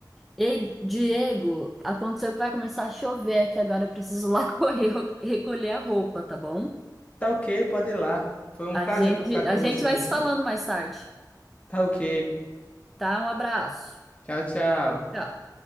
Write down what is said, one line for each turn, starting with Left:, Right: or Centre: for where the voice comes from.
Centre: Ei, Diego, aconteceu que vai começar a chover aqui agora. Eu preciso lá <laughs> correr ro- recolher a roupa, tá bom?
Left: Tá ok, pode ir lá. Foi um
Centre: A
Left: prazer
Centre: gente,
Left: conversar com
Centre: a gente
Left: você,
Centre: vai se
Left: viu?
Centre: falando mais tarde,
Left: Tá ok.
Centre: tá? Um abraço.
Left: Tchau, tchau.
Centre: Tchau.